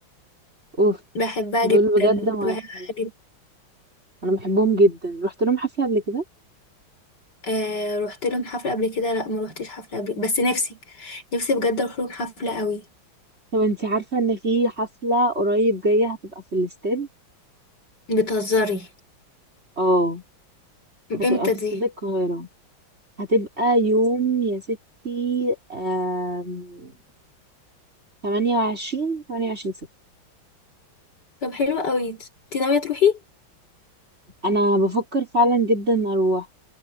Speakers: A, on the right; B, on the left.
A: اوف
B: بحبها
A: دول
B: جدا
A: بجد ما
B: بحبها
A: يفهمش
B: جدا
A: انا بحبهم جدا رحت لهم حفله قبل كده
B: آه رحت لهم حفلة قبل كده لا ما روحتش حفلة قبل بس نفسي نفسي بجد اروح لهم حفلة قوي
A: طب انتي عارفه ان في حفله قريب جايه هتبقى في الاستاد
B: بتهزري
A: اه هتبقى
B: امتى
A: في
B: دي
A: استاد القاهره هتبقى يوم يا ستي آم، 28 28 ستة
B: طب حلو قوي انت ناوية تروحي
A: انا بفكر فعلا جدا اروح